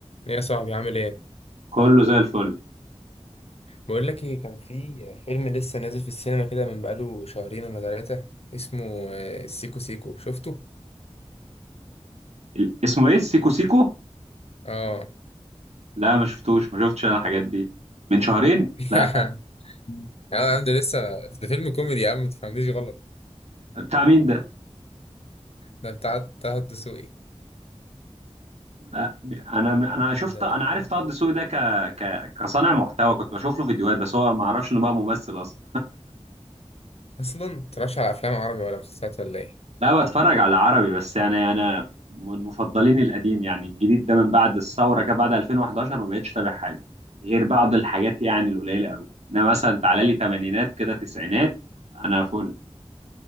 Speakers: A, on the left; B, on the right.
A: يا صاحبي عامل ايه
B: كله زي الفل
A: بقول لك ايه كان في فيلم لسه نازل في السينما كده من بقاله شهرين ولا ثلاثة اسمه آه، سيكو سيكو شفته
B: ال- اسمه ايه سيكو سيكو
A: اه
B: لا ما شفتوش ما شفتش انا الحاجات دي من شهرين
A: <laughs>
B: لا
A: يا عم ده لسه ده فيلم كوميدي يا عم ما تفهمنيش غلط
B: بتاع مين ده
A: ده بتاع طه الدسوقي
B: لا انا انا شفت
A: ده
B: انا عارف طه الدسوقي ده ك... ك... كصانع محتوى كنت بشوف له فيديوهات بس هو ما اعرفش انه بقى ممثل اصلا
A: اصلا متتفرجش على افلام عربي ولا مسلسلات ولا ايه
B: لا بتفرج على عربي بس يعني انا من مفضلين القديم يعني الجديد ده من بعد الثوره كده بعد 2011 ما بقتش تابع حاجه غير بعض الحاجات يعني القليله قوي انا مثلا تعالى لي تمانينات كده تسعينات انا فل